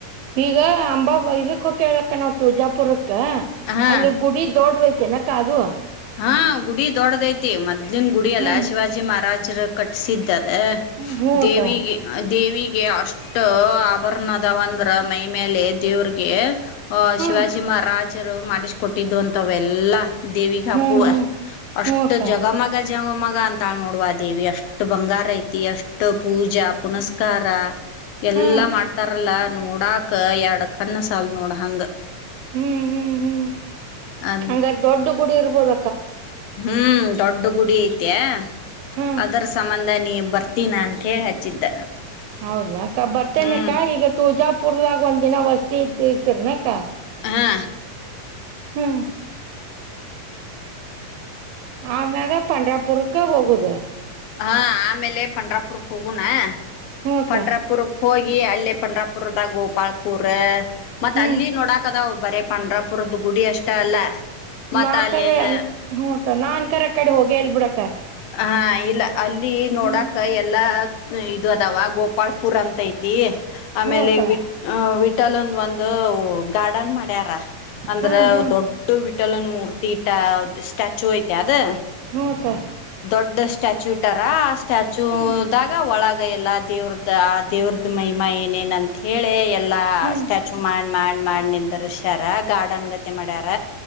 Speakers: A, on the right; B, on the left.
A: ಈಗ ಅಂಬಾ ಬೈ ಇದುಕ್ ಹೊಕ್ಕೇವಕ್ಕ ನಾವ್ ತುಜಾಪುರ್ ಕ್ಕಾ
B: ಹಾ.
A: ಅಲ್ಲಿ ಗುಡಿ ದೋಡ್ದೈ ತೇನಕ ಅದು.
B: ಹಾ ಗುಡಿ ದೊಡದ್ ಐತಿ ಮ ನಿಮ್ ಗುಡಿ ಅಲ
A: ಹ್ಮ್
B: ಶಿವಾಜಿ ಮಹಾರಾಜ್ ಜರ್ ಕಟ್ಸಿದ್ದ. ದಾ
A: ಹ್ಮ
B: ದೇವಿಗಿ
A: ಅಕ್ಕ
B: ಆ ದೇವಿಗೆ ಅಷ್ಟು ಆಭರಣದಾವಂದ್ರ ಮೈ ಮೇಲೆ ದೇವ್ರ್ಗೆ ಆಹ
A: ಹ್ಮ್
B: ಶಿವಾಜಿ ಮಹಾರಾಜರು ಮಾಡಿಸ್ ಕೊಟ್ಟಿದ್ದು ಅಂತವ್ ಎಲ್ಲಾ ದೇವಿ
A: ಹ್ಮ್
B: ಕುವ
A: ಹ್ಮ್
B: ಅಷ್ಟು
A: ಹ್ಮ್ ಅಕ್ಕ
B: ಜಗ ಮಗ ಜಮ ಮಗ ಅಂತಳ್ ನೋಡುವ ದೇವಿ ಅಷ್ಟು ಬಂಗಾರ ಐತಿ ಅಷ್ಟು ಪೂಜಾ ಪುನಸ್ಕಾರ. ಎಲ್ಲಾ
A: ಹ್ಮ್
B: ಮಾಡ್ತಾರಲ್ಲ ನೋಡಾಕ ಎರಡು ಕಣ್ಣಸಾಲ್ದ್ ನೋಡ ಹಂಗ.
A: ಹ್ಮ್ ಹ್ಮ್ ಹ್ಮ್
B: ಅದ್
A: ಹಂಗಾರ್ ದೊಡ್ಡು ಗುಡಿ ಇರ್ಬೋದ.
B: ಹ್ಮ್ ದೊಡ್ಡ್ ಗುಡಿ ಐತ್ಯಾ.
A: ಹ್ಮ್
B: ಅದರ್ ಸಂಬಂಧ ನೀ ಬರ್ತೀನ ಅಂತೇಳ್ ಹಚ್ಚಿದ್ದ.
A: ಹೌದ್ನಾ ಅಕ್ಕ ಬರ್ತೇನೆಕ್ಕ
B: ಹ್ಮ್
A: ಈಗ ತುಜಾಪುರ್ಲಗ್ ಒಂದ್ ದಿನ ವಸ್ತಿ ಇರ್ ಇರ್ತಿರ್ನಕ್ಕ.
B: ಹಾ.
A: ಹ್ಮ್. ಹಾಮ್ಯಾಗ. ಪಂಡ್ರಾಪುರ್ಕ್ಕ ಹೋಗುದ.
B: ಹಾ ಆಮೇಲೆ ಪಂಡ್ರಾಪುರ್ಕ್ ಹೋಗುನಾ.
A: ಹ್ಮ ಅಕ್ಕ
B: ಪಂಡ್ರಾಪುರ್ ಹೋಗಿ ಅಲ್ಲೇ. ಪಂಡ್ರಾಪುರ್ದಾಗ್ ಗೋಪಾಲ್ ಪೂರಾ. ಮತ್
A: ಹ್ಮ್
B: ಅಲ್ಲಿ ನೋಡಾಕದಾವ್ ಬರೇ ಪಂಡ್ರಾಪುರುದ್ ಗುಡಿ ಅಷ್ಟ ಅಲ್ಲ. ಮತ್ತ
A: ಮಾ
B: ಅಲ್ಲೆಲ್ಲ
A: ಕರ <unintelligible> ನಾನ್ ಕರ ಅಕಡೆ ಹೋಗಿ ಇಲ್ಲ ಬಿಡಕ್ಕ
B: ಹಾ ಇಲ್ಲ ಅಲ್ಲಿ ನೋಡೋಕ
A: ಹ್ಮ್
B: ಎಲ್ಲ ಇದು ಅದಾವ ಗೋಪಾಳ್ಪುರ್ ಅಂತ ಐತಿ ಆಮೇಲೆ
A: ಹ್ಮ ಅಕ್ಕ
B: ವಿಟ್ ವಿ <unintelligible> ಹಟಲ್ ಒಂದು ಒಂದು ಗಾರ್ಡನ್ ಮಾಡ್ಯಾರ ಅಂದ್ರೆ
A: ಹಾ ಹಾ
B: ದೊಡ್ಡ ವಿಟ್ಟ ಚಟಲನ್ ಮೂರ್ತಿ <unintelligible> ಟೀಟಾ, ಸ್ಟ್ಯಾಚು ಆಯ್ತಾ ಅದು
A: ಹ್ಮ ಅಕ್ಕ
B: ದೊಡ್ಡ ಸ್ಟ್ಯಾಚು ಇಟ್ಟಾರ ಆ ಸ್ಟ್ಯಾಚುದಾಗ
A: ಹ್ಮ್
B: ಒಳಗ ಈಗ ಎಲ್ಲಾ ದೇವ್ರದ ಆ ದೇವ್ರದ ಮಹಿಮಾ ಏನೇನ್ ಅಂತ ಹೇಳಿ ಎಲ್ಲಾ
A: ಹ್ಮ್
B: ಸ್ಟ್ಯಾಚು ಮಾಡಿ ಮಾಡಿ ಮಾಡಿ ಮಾಡಿ ನಿಂದ್ರಶಾರ ಗಾರ್ಡನ್ ಗತ್ತೆ ಮಾಡ್ಯಾರ